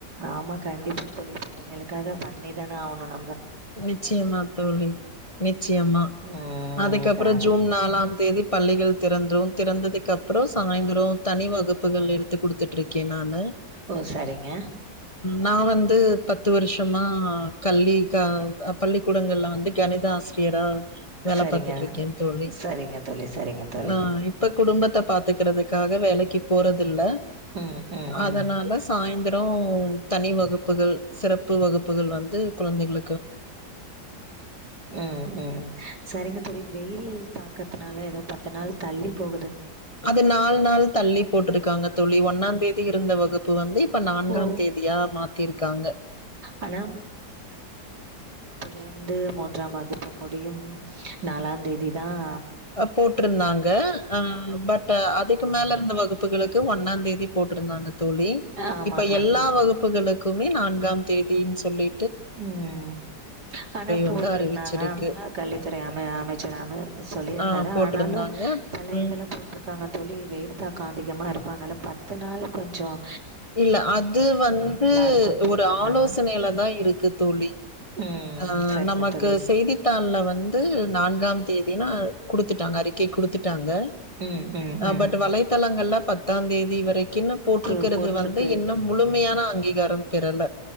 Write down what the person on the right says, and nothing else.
ஆமா கண்டிப்பா தோழி பிள்ளைங்களுக்காக பண்ணி இதான ஆனும்
ம்
க
ஓ சரிங்க
சரிங்க
சரிங்க தோழி சரிங்க தோழி
ம் ம்
ம்
உம் ம் சரிங்க தோழி வெயில் தாக்கத்னால யேதோ ப தனால் தள்ளி போகு
ஓ
ஆனா லேந்து மூன்றாம் வகுப்பு முடியும் நாலாந் தேதிதான்
ஆமா
தோழி
உம் ஆனா போட்ருந்தாங்க
கல்வித்துறை அம அமைச்சராம சொல்லி
ஆனாலும் செலயிதுல
போட்ருக்காங்க தோழி வெயி தாக்கம் அதிகமாருக்கும் அதனால பத்து நாள் கொஞ்சம்
இருக்குன்னு போட்ருந்தாங்க
ம்
சரிங்க
தோழி
ம் ம் ம்
கு போட்ருக்கு